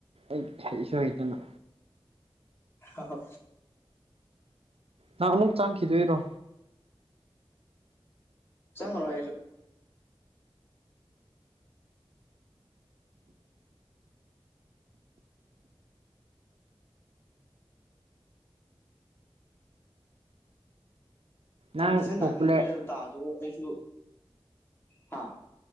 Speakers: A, on the right; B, on the left.
A: ꯑꯩ ꯍꯩꯁꯨ ꯍꯩꯇꯅ
B: ꯑ
A: ꯅ ꯑꯃꯨꯛ ꯆꯥꯡꯈꯤꯗꯣꯏꯔꯣ
B: ꯆꯉꯅ ꯍꯥꯏꯁꯨꯣ ꯀꯝꯄꯤꯇꯤꯁꯟ
A: ꯅꯪ ꯄꯣꯄꯨꯂꯔ
B: ꯇꯥꯅꯤꯡꯁꯦ ꯇꯥꯗꯣ ꯑꯩꯁꯨ ꯍꯥꯥ